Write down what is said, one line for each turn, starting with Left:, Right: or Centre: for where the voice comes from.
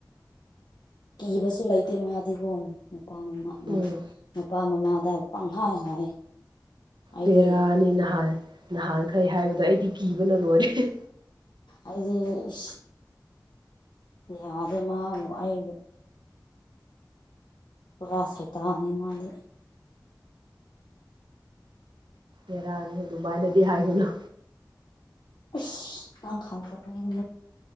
Left: ꯀꯤꯕꯁꯨ ꯂꯩꯇꯦ ꯃꯥꯗꯤꯒꯣꯝ ꯃꯄꯥꯅ
Right: ꯎꯝ
Left: ꯃꯄꯥ ꯃꯃꯥꯗ ꯄꯪꯍꯥꯏ ꯍꯥꯏ꯫ ꯑꯩꯗꯤ
Right: ꯕꯦꯔꯥꯅꯤ ꯅꯍꯥꯟ ꯅꯍꯥꯟꯈꯩ ꯍꯥꯏꯕꯗꯣ ꯑꯩꯗꯤ ꯀꯤꯕꯅ ꯂꯣꯏꯔꯦ꯫
Left: ꯑꯩꯗꯤ ꯏꯁ ꯌꯥꯗꯦ ꯃꯥꯕꯨ ꯑꯩ ꯄꯨꯔꯥ ꯁꯩꯇꯥꯟ ꯅꯦ ꯃꯥꯗꯤ
Right: ꯍꯦꯔꯥꯅꯤ ꯑꯗꯨꯃꯥꯏꯅꯗꯤ ꯍꯥꯏꯒꯨꯅꯨ
Left: ꯏꯁ ꯅꯪ ꯈꯪꯗꯕꯩꯟ